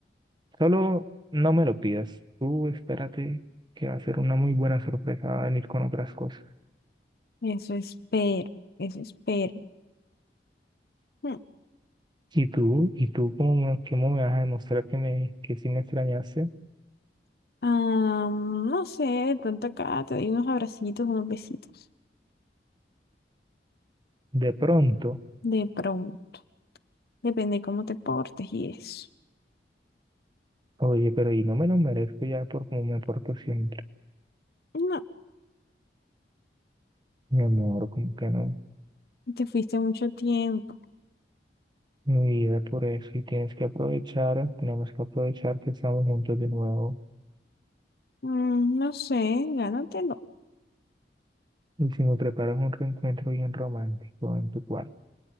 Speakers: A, on the right; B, on the left.
A: solo no me lo pidas. Tú espérate que va a ser una muy buena sorpresa, va a venir con otras cosas.
B: eso espero. Eso espero. Mm,
A: Y tú, y tú cómo, me- cómo me vas a demostrar que me, que sí me extrañaste
B: ah, no sé, de pronto acá te doy unos abracitos, unos besitos.
A: de pronto.
B: De pronto. Depende cómo te portes y eso.
A: Oye, pero y no me lo merezco ya por cómo me porto siempre.
B: No,
A: Mi amor, como que no.
B: te fuiste mucho tiempo.
A: mi vida por eso y tienes que aprovechar, tenemos que aprovechar que estamos juntos de nuevo.
B: Mm, no sé, gánatelo.
A: Y si me preparas un reencuentro bien romántico en tu cuarto,